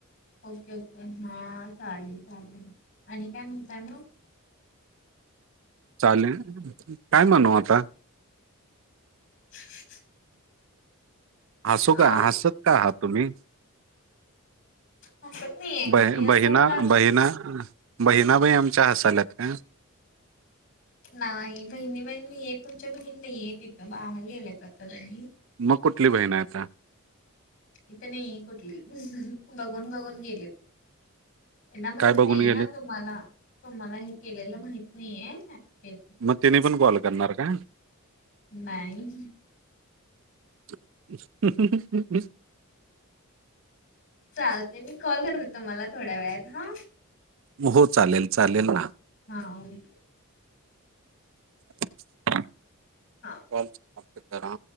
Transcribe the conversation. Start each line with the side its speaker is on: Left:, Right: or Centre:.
Left: ओके ओके, हा चालेल चालेल आणि काय म्हणताय मग?
Right: चालेल, काय म्हणू आता?
Left: <inaudible>
Right: हसू
Left: अ
Right: का, हसत का आहात तुम्ही?
Left: हसत नाहीये
Right: ब
Left: मी
Right: बहिना
Left: असं मला
Right: बहिना बहिणाबाई आमच्या हसाल्यात का?
Left: नाही बहिणी बाई नाहीयेत तुमच्या बहिनी नाहीयेत इथ बाहेर गेलेत आता त्यांनी
Right: मग कुठली बहीण आहे आता?
Left: इथं नाही कुठली बघून बघून गेलेत. त्यांना माहित
Right: काय बघून
Left: नाहीये
Right: गेलेत
Left: ना तुम्हाला, तुम्हाला हे केलेलं माहित नाहीये ऍड के
Right: मग तेनी पण कॉल करणार का?
Left: नाही
Right: <inaudible>
Left: चालते मी कॉल करते तुम्हाला थोड्या वेळात आ.
Right: हो चालेल चालेल ना.
Left: हा ओई
Right: <inaudible>
Left: हा
Right: कॉल समाप्त करा.